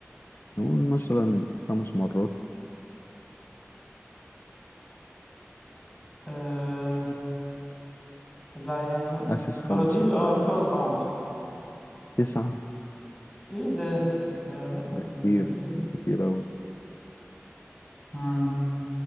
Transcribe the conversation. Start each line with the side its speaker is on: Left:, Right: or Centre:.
Left: نقول مثلا خمس مرات
Centre: أه... لا يعني ما...
Left: حاسس خمسة
Centre: برازيل
Left: مثلا
Centre: أه ممكن أربعة مثلا
Left: تسعة
Centre: إيه ده ده رقم
Left: ده كتير
Centre: كبير جدا
Left: كتير أوي
Centre: مم.